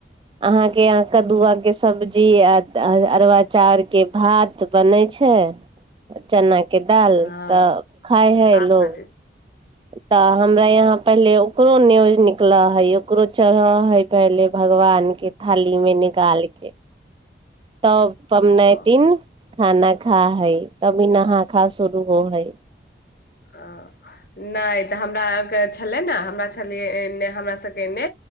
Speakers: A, on the right; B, on the left.
A: अहाँके य कदुआ के सब्जी आ अरबा चाउर के भात बनै छै चना के के दाल
B: हँ
A: तऽ खाइ हय
B: हँ
A: लोग
B: दीदी
A: तऽ हमरा यहाँ पहिले ओकरो न्योज निकलऽ हइ ओकरो चढ़ऽ हइ पहिले भगवानके थालीमे निकाल कऽ तब पबनैतिन
B: ओ
A: खाना खा है तभी नहा खा शुरू हो है
B: ह नहि तऽ हमरा आरके छलै ने हमरा छलियै एन्ने हमरा सभके एन्ने